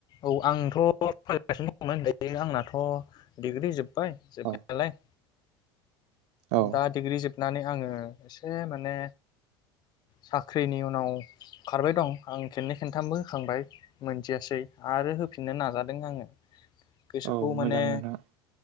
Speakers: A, on the left; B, on the right.
A: औ आंथ' फरायगासिनो दं। दं आंनाथ' डिग्रि जोब जोब्बाय जोबनायालाय
B: औ औ
A: दा डिग्रि जोबनानै आङो एसे माने साख्रिनि उनाव खारबाय दं आं खेननै खनथामबो होखांबाय मोनजयाासै आरो होफिननो नाजादों आङो गोसोखौ
B: औ मोजां
A: माने
B: नोंथां